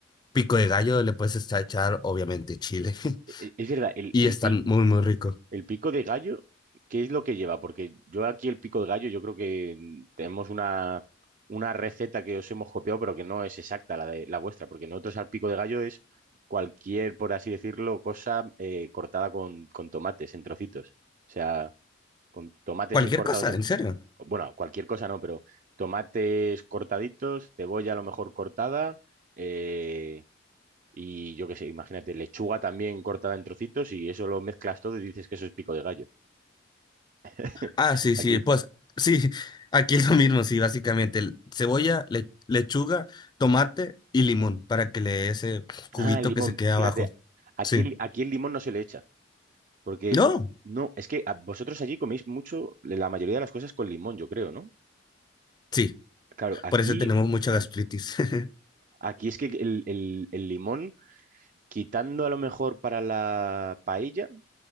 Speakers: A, on the left (about 20°); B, on the right (about 40°).
A: pico de gallo, le puedes esta- echar, obviamente, chile. <laughs>
B: E- e- Es verdad, el,
A: Y
B: el,
A: están
B: pi-
A: muy, muy rico.
B: El pico de gallo, ¿qué es lo que lleva? Porque yo aquí el pico de gallo, yo creo que mm, tenemos una, una receta que os hemos copiado, pero que no es exacta la de la vuestra, porque nosotros al pico de gallo es cualquier, por así decirlo, cosa eh, cortada con, con tomates en trocitos. O sea, con tomates
A: Cualquier
B: el- cortados
A: cosa,
B: en...
A: en serio.
B: Bueno, cualquier cosa no, pero tomates cortaditos, cebolla a lo mejor cortada, eh, y yo qué sé, imagínate, lechuga también cortada en trocitos, y eso lo mezclas todo y dices que eso es pico de gallo. <laughs>
A: Ah, sí,
B: Aquí,
A: sí, pues sí, <laughs> aquí es lo mismo, sí, básicamente. el- Cebolla, le- lechuga, tomate y limón
B: ¿no?
A: para que le dé ese juguito
B: Ah, el limón,
A: que se queda
B: fíjate,
A: abajo.
B: aquí,
A: Sí.
B: el- aquí el limón no se le echa, porque
A: No,
B: no, es que a- vosotros allí coméis mucho, la mayoría de las cosas con limón, yo creo, ¿no?
A: sí,
B: Claro, aquí,
A: por eso tenemos mucha
B: mm,
A: gastritis. <laughs>
B: aquí es que el, el- el limón, quitando a lo mejor para la paella,